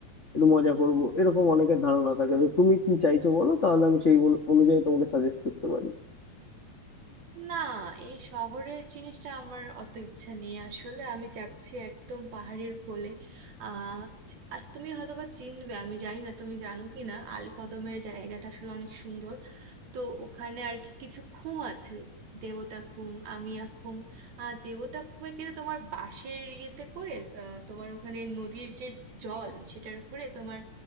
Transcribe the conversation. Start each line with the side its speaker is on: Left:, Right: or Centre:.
Left: একটু মজা করব এরকম অনেকের ধারণা থাকে তো তুমি কি চাইছো বলো তাহলে আমি সেই অনু- অনুযায়ী তোমাকে সাজেস্ট করতে পারি
Right: না এই শহরের জিনিসটা আমার অত ইচ্ছা নেই আসলে আমি যাচ্ছি একদম পাহাড়ের কোলে আহ আর তুমি হয়তোবা চিনবে আমি জানি না তুমি জানো কি না আলীকদমের জায়গাটা আসলে অনেক সুন্দর তো ওখানে আর কি কিছু খুম আছে দেবতা খুম আমিয়া খুম আহ দেবতা খুমে কিন্তু তোমার বাঁশের ইয়েতে করে আহ, তোমার ওখানে নদীর যে জল সেটার উপরে তোমার